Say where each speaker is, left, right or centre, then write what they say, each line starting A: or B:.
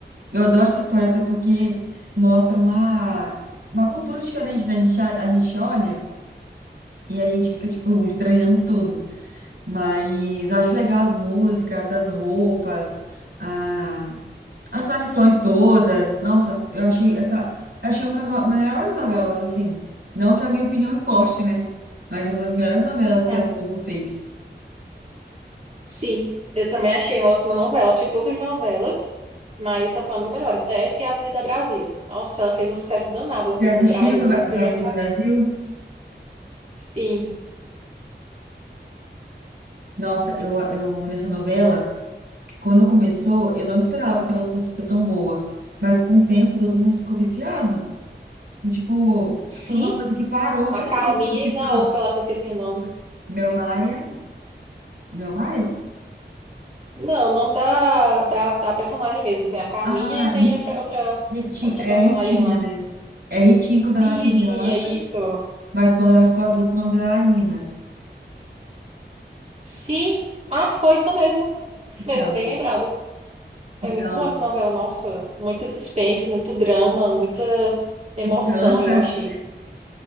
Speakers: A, on the right; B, on the right.
A: eu, adoro essa história, até porque mostra uma, uma cultura diferente, né? A gente, a, a gente olha e a gente fica, tipo, estranhando tudo. Mas acho legal as músicas, as roupas, a, as tradições todas. Nossa, eu achei essa. eu achei uma das no- melhores novelas, assim. Não que a minha opinião importe, né? Mas é uma das melhores novelas que
B: Hum,
A: a Globo fez.
B: Sim, eu também achei uma ótima novela. Assisti poucas novelas. Mas essa foi uma das melhores. Essa é a Avenida Brasil. Nossa, ela fez um sucesso danado, a Avenida
A: Já assistiu
B: Brasil. Não
A: a Va-
B: sei se você
A: Varinha
B: já.
A: do Brasil?
B: Sim.
A: Nossa, eu, eu nessa novela. Quando começou, eu não esperava que ela fosse ser tão boa. Mas com o tempo, todo mundo ficou viciado. E, tipo,
B: Sim,
A: foi uma coisa que parou. Você
B: a
A: lembra
B: Carminha
A: do episódio?
B: e na outra lá que eu esqueci o nome.
A: Mel Maia. Mel Maia?
B: Não, o nome da, da, da personagem mesmo. Tem a Carminha
A: Ah,
B: e tem
A: Ri-
B: outra, outra,
A: Ritinha.
B: outra
A: É
B: personagem
A: Ritinha,
B: lá.
A: né? É Ritinha quando
B: Sim,
A: ela era criança,
B: Ritinha, isso.
A: mas quando ela ficou adulta, o nome dela era Nina.
B: Sim. Ah, foi isso mesmo. Isso
A: Então,
B: mesmo, bem lembrado. Foi
A: então,
B: muito boa essa novela, nossa. Muita suspense, muito drama, muita emoção,
A: vingança.
B: eu achei.